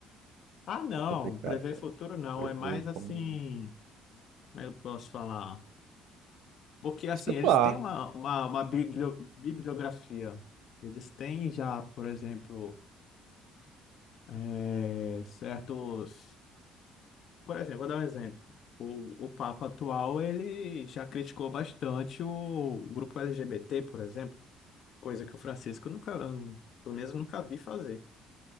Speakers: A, on the left (about 45°); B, on the right (about 65°).
A: ah, não,
B: é complicado,
A: prever
B: cara.
A: futuro não,
B: Prever
A: é mais
B: como.
A: assim, como eu posso falar? Porque assim,
B: Especular.
A: eles têm uma, uma, uma biblio- bibliografia. Eles têm já, por exemplo, eh, certos. Por exemplo, vou dar um exemplo. O, o Papa atual, ele já criticou bastante o grupo LGBT, por exemplo, coisa que o Francisco nunca, pelo menos nunca vi fazer.